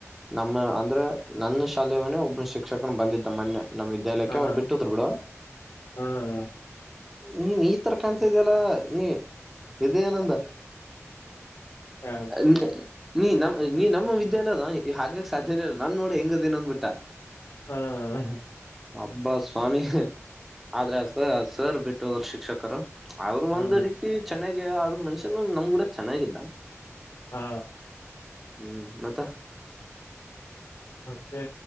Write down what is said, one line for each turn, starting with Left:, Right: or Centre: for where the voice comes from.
Centre: ನಮ್ಮ ಅಂದ್ರೆ ನನ್ನ ಶಾಲೆಯವನೇ ಒಬ್ನ ಶಿಕ್ಷಕನು ಬಂದಿದ್ದ ಮೊನ್ನೆ ನಮ್ಮ. ದಲಕ್ಕೆ
Left: ಹಾ
Centre: ಅವರು ಬಿಟ್ಟದ್ರು ಕೂಡಾ
Left: ಹಾ ಹಾ
Centre: ನೀ ಈ ತರ ಕಾಣ್ತಿದ್ಯಲ್ಲ ನೀ ಇದೇನಂದ
Left: ಹಾ
Centre: ನಿ <inaudible> ನೀ ನಮ್ಮ್ ನೀ ನಮ್ಮ ವಿದ್ಯಾಲಯದ ಹಾಗಕ್ ಸಾಧ್ಯನ ಇಲ್ಲ ನಾನ್ ನೋಡಿ ಹೆಂಗದೇನ ಅಂದ್ಬಿಟ್ಟಾ
Left: ಹಾ
Centre: ಅಬ್ಬಾ ಸ್ವಾಮಿ ಆದ್ರೆ ಸ ಸರ್ ಬಿಟ್ಟು ಹೋದರು ಶಿಕ್ಷಕರು ಆದ್ರರು
Left: ಹಾ
Centre: ಒಂದ್ ರೀತಿ ಚೆನ್ನಾಗೀ ಆದದ್ರ ಮನ್ಷ್ಯನ್ ನಮ್ ಕೂಡ ಚೆನ್ನಾಗಿ ಇಲ್ಲ
Left: ಹಾ
Centre: ಹ್ಮ್ ಮತ್ತ
Left: ಮತ್ತೆ